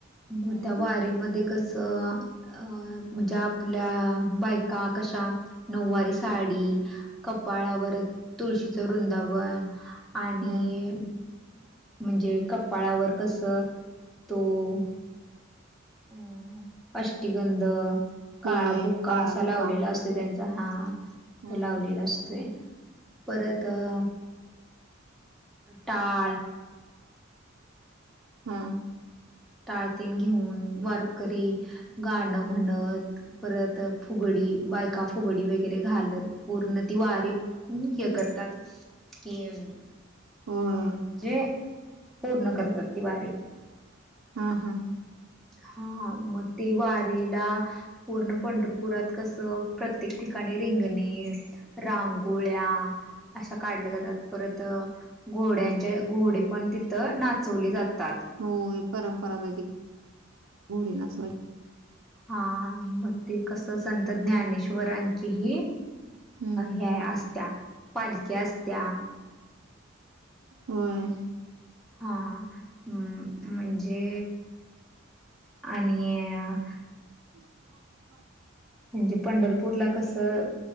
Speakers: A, in the centre; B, on the right (about 80°).
A: मग
B: हम्म
A: त्या वारीेमध्ये कसं? अ म्हणजे आप - आपल्या बायका कशा? नऊवारी साडी- कपाळावर तुळशीचं वृंदावन आणि-
B: हम्म
A: म्हणजे कपाळावर कस? तो- अ अष्टीगंध, काळा
B: होय
A: बुक्का
B: काळा
A: असा
B: बुक्का
A: लावलेला असतो. त्यांचा हा. तो
B: हम्म
A: लावलेला असतोय. परत अं टाळ.
B: हा
A: टाळ तेन घेऊन, वारकरी गाणं म्हणत- परत फुगडी. बायका फुगडी वगैरे घालत पूर्ण ती वारी- हे करतात कि-
B: होय
A: अ म्हणजे? पूर्ण करतात ती वारी.
B: हा हा.
A: हा. मग ते वारीला - पूर्ण पंढरपुरात कसं? प्रत्येक ठिकाणी रिंगणे- रांगोळ्या- अशा काढल्या जातात. परत घोड्यांचे, घोडे पण तिथं नाचवले जातात. तात.
B: होय. परंपराच आहे ती. घोडे नाचवाय-
A: हा. मग ते कस? संत ज्ञानेश्वरां- ची ही
B: हम्म
A: हे असत्या. पालखी असत्या.
B: हम्म.
A: हा. हां. म्हणजे, आणि-
B: हो <inaudible>
A: म्हणजे पंढरपूरला कसं?